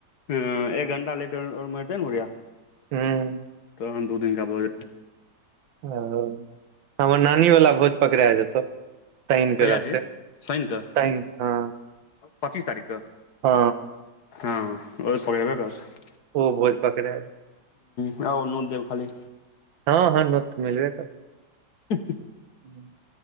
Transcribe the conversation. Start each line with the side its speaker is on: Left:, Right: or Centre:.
Left: ह एक घण्टा लेट मरतै ने बुढ़िया
Right: हूँ
Left: तहन दू दिनका भोज रहै
Right: ओ हमर नानि वला भोज पकड़य जेतो साइन क
Left: कहिया
Right: रहताई
Left: छी
Right: साइन
Left: शैन कऽ
Right: ह
Left: पच्चीस तारीख क
Right: ओ
Left: हँ ओ पकड़े बे करते
Right: ओ भोज पक्राईट
Left: ह आउ नूत देब खाली
Right: हँ हँ नोत मिलबै करत
Left: <unintelligible>
Right: <inaudible>